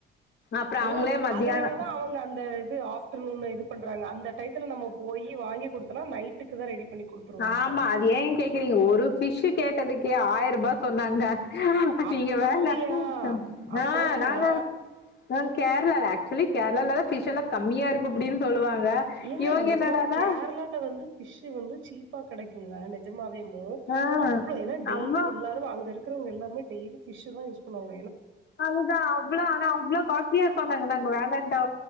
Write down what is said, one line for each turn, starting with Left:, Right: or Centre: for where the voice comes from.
Left: அப்புறம்
Right: ஓ
Left: அவங்களே மத்தியானம்
Right: அதனாலதான் அவங்க அந்த சோ ஆஃப்ர்னூன் இது பண்றாங்க அந்த டயத்துல நம்ம போயி வாங்கி குடுத்தனா நைட்டுக்கு தா ரெடி பண்ணி குடுத்துருவாங்க.
Left: ஆமா அது ஏன் கேக்குறீங்க ஒரு ஃபிஷு கேட்டதுக்கே ஆயிரம் ரூபா சொன்னாங்க <unintelligible>
Right: அ அங்கயா? அ
Left: ஆ
Right: போதுமா?
Left: நாங்க ஆ கேரளால்ல ஆக்சுவலி கேரளாலெல்லா பிஷ் எல்லாம் கம்மியா இருக்கு அப்படின்னு சொல்லுவாங்க
Right: ஏங்க
Left: இவங்க
Right: நிஜமாவே
Left: என்னடானா
Right: கேரளால வந்து பிஷ் வந்து சீப் பா கெடைக்குங்க நிஜமாவே ஒ
Left: ஆ
Right: அவ்ளோ ஏன்னா டெய்லி
Left: அவ்ளோ
Right: எல்லாரும் அங்க இருக்கிறவங்க எல்லாரும் நாங்க டெய்லி பிஷுதா யூஸ் பண்ணுவோம்
Left: அதுதான் அவ்வளோ ஆனா அவ்வளோ காஸ்ட்லியா சொன்னாங்க நாங்க வேன் வேண்டா